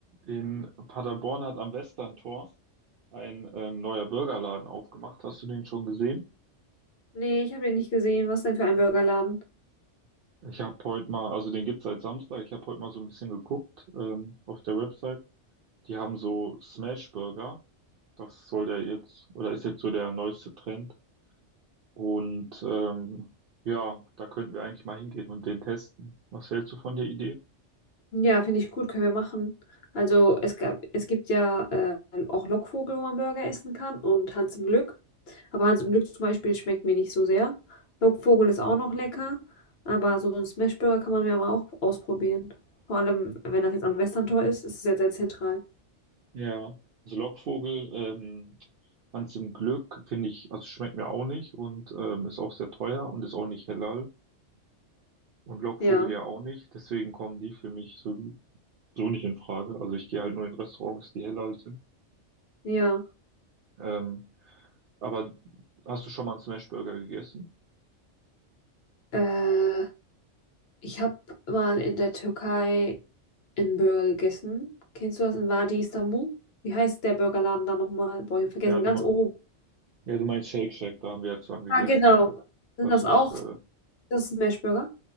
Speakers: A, on the right; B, on the left.
A: In Paderborn hat am Westerntor ein ähm, neuer Burgerladen aufgemacht. Hast du den schon gesehen?
B: Nee, ich habe den nicht gesehen. Was denn für ein Burgerladen?
A: Ich habe heute mal, also den gibt's seit Samstag. Ich habe heute mal so ein bisschen geguckt ähm, auf der Website. Die haben so Smash Burger. Das soll der jetzt, oder ist jetzt so der neueste Trend. Und ähm, ja, da könnten wir eigentlich mal hingehen und den testen. Was hältst du von der Idee?
B: Ja, finde ich gut, können wir machen. Also es gab, es gibt ja äh, auch Lockvogel, wo man Burger essen kann und Hans im Glück. Aber Hans im Glück zum Beispiel schmeckt mir nicht so sehr. Lockvogel ist auch noch lecker, aber so ein Smashburger kann man ja mal auch ausprobieren. Vor allem, wenn das jetzt am Westerntor ist, ist es ja sehr zentral.
A: Ja, also Lockvogel, ähm, ganz im Glück finde ich, also schmeckt mir auch nicht und ähm, ist auch sehr teuer und ist auch nicht halal. Und Lockvogel
B: Ja,
A: ja auch nicht, deswegen kommen die für mich so, so nicht in Frage. Also ich gehe halt nur in Restaurants, die heller sind.
B: ja.
A: Ähm, aber hast du schon mal einen Smashburger gegessen?
B: Äh, ich habe mal in der Türkei einen Burger gegessen. Kennst du das in Wadi Istanbul? Wie heißt der Burgerladen da nochmal? Boah, ich hab vergessen,
A: Ja, du,
B: ganz
A: me-
B: oben.
A: ja, du meinst Shake Shack, da haben wir ja zusammen gegessen.
B: Ah, genau.
A: Das,
B: Sind
A: das
B: das
A: ist,
B: auch
A: äh,
B: das Smashburger?